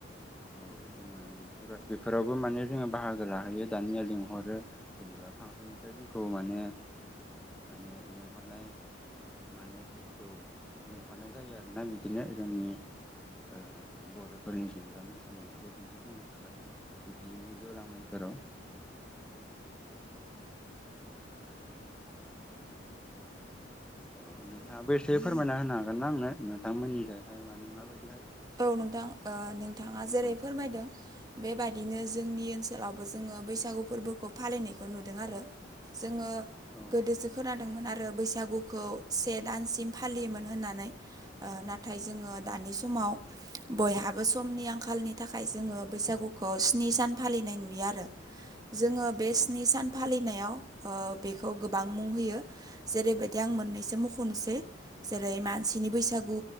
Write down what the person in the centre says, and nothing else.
औ जोङो बेफोर बेफोरावबो माने जोङो बाहागो लाहैयो दानिया। लिंहरो जेनेबा फांसननिफ्राय जोंखौ माने माने लिंहरनाय माने जोंखौ लिंहरनाय जायो आरोना बिदिनो जोंनि ओ बर'फोरनि जेनबा मोसानाय बेखौ दिन्थिफुंनो थाखाय बिदिनो गेवलां मेलफोराव औ नोंथाङाबो एसे फोरमायना होनो हागोन ना आंनो नोंथांमोननिजोंहाय माने माबायदि?
औ
औ
औ